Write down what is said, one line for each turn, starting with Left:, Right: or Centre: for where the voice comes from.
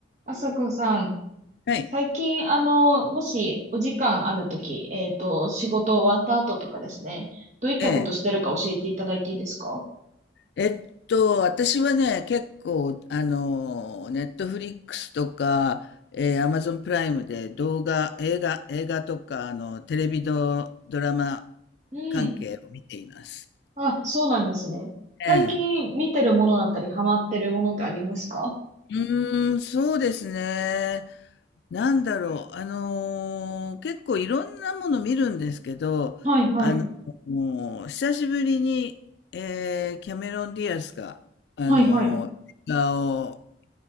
Right: あさこさん、
Left: はい。
Right: 最近、あの、もしお時間あるとき、えっと、仕事終わった後とかですね、どういったことしてるか教えていただいていいですか
Left: ええ。えっと、私はね、結構、あの、ネットフリックスとか、えー、アマゾンプライムで動画、映画、映画とか、あの、テレビド、ドラマ
Right: うん。
Left: 関係を見ています。
Right: あ、そうなんですね。最近見てるものだったり、
Left: ええ。
Right: ハマってるものってありますか
Left: うーん、そうですね。なんだろう。あの、結構いろんなもの見るんですけど、
Right: はいはい。
Left: あの、もう久しぶりに、えー、キャメロン・ディアスが、あの、
Right: はいはい。
Left: 映画を